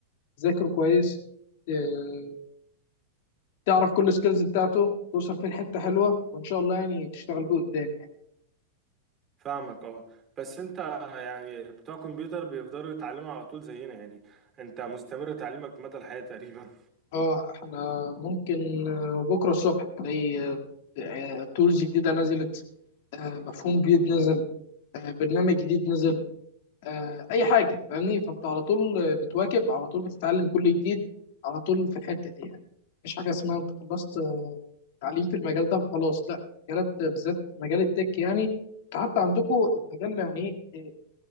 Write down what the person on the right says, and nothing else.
فاهمك اه بس انت يعني بتوع كمبيوتر بيفضلوا يتعلموا على طول زينا يعني انت مستمر تعليمك مدى الحياة تقريبا